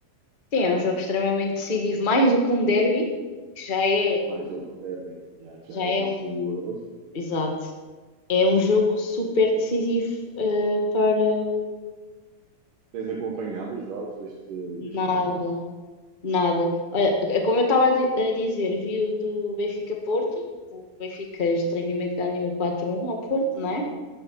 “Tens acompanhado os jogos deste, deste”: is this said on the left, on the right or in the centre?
Right